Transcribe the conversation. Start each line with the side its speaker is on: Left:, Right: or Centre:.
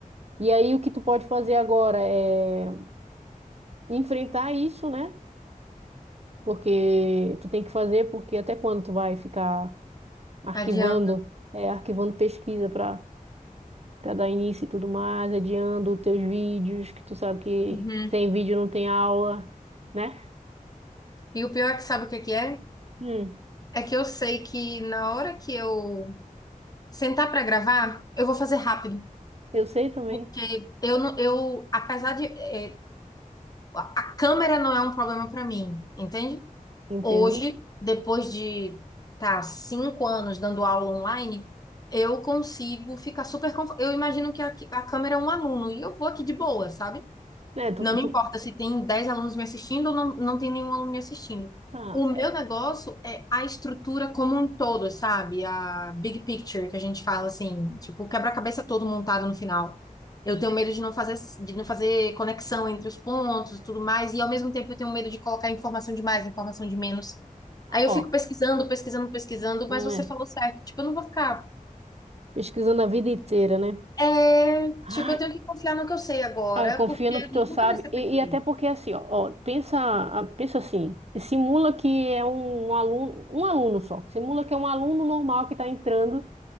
Right: E aí o que tu pode fazer agora é enfrentar isso, né? Porque tu tem que fazer, porque até quando tu vai ficar arquivando,
Left: Adianta.
Right: é, arquivando pesquisa para para dar início e tudo mais, adiando os teus vídeos, que tu sabe que
Left: Uhum.
Right: sem vídeo não tem aula, né?
Left: E o pior é que sabe o que que é?
Right: Hum.
Left: É que eu sei que na hora que eu sentar pra gravar, eu vou fazer rápido.
Right: Eu sei também,
Left: Porque eu não, eu, apesar de, eh, a câmera não é um problema pra mim, entende?
Right: entendo.
Left: Hoje, depois de tá cinco anos dando aula online, eu consigo ficar super confortável. Eu imagino que a, a câmera é um aluno e eu vou aqui de boa, sabe?
Right: É, tu,
Left: Não me
Right: tu-
Left: importa se tem 10 alunos me assistindo ou não, não tem nenhum aluno me assistindo.
Right: tá,
Left: O meu
Right: é,
Left: negócio é a estrutura como um todo, sabe? A big picture que a gente fala assim, tipo, o quebra-cabeça todo montado no final. Eu tenho medo de não fazer, de não fazer conexão entre os pontos e tudo mais, e ao mesmo tempo eu tenho medo de colocar informação de mais, informação de menos. Aí
Right: ó,
Left: eu fico pesquisando, pesquisando, pesquisando,
Right: né,
Left: mas você falou certo, tipo, eu não vou ficar.
Right: pesquisando a vida inteira, né?
Left: É,
Right: Ai,
Left: tipo, eu tenho que confiar no que eu sei agora,
Right: ah, confia
Left: porque
Right: no que tu sabe.
Left: nunca vai ser
Right: E,
Left: perfeito.
Right: e até porque assim, ó, ó, pensa, ah, pensa assim, simula que é um, um aluno, um aluno só. Simula que é um aluno normal que está entrando